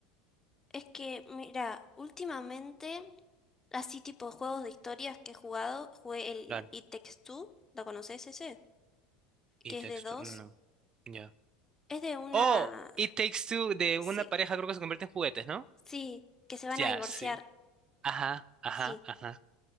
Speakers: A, on the left; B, on the right.
A: Es que, mira, últimamente, así tipo juegos de historias que he jugado, jugué el
B: Claro.
A: It Takes Two, ¿lo conoces ese?
B: Y
A: Que
B: texto,
A: es de dos.
B: no, ya.
A: Es de una...
B: Oh, It Takes Two de
A: Sí,
B: una pareja creo que se convierte en juguetes, ¿no?
A: sí, que se van
B: Ya,
A: a divorciar,
B: sí. Ajá, ajá,
A: sí.
B: ajá.